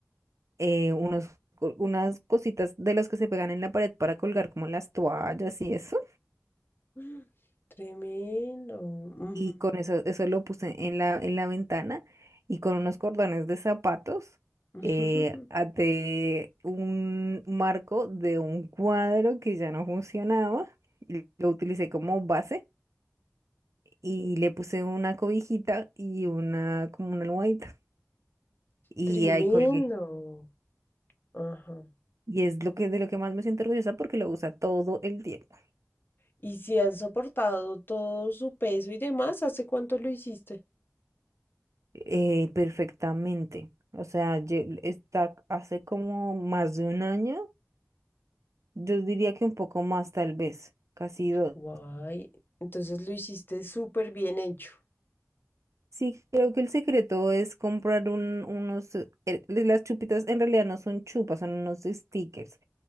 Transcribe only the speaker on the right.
eh, unos co- unas cositas de las que se pegan en la pared para colgar como las toallas y eso.
y con eso, eso lo puse en la, en la ventana y con unos cordones de zapatos
eh, até un marco de un cuadro que ya no funcionaba, y lo utilicé como base y le puse una cobijita y una como una almohadita y
ahí colgué.
Y es lo que de lo que más me siento orgullosa porque lo usa todo el tiempo,
eh, perfectamente. O sea, lle- está hace como más de un año Yo diría que un poco más, tal vez, casi dos.
Sí, creo que el secreto es comprar un- unos... eh, las chupitas en realidad no son chupas, son unos stickers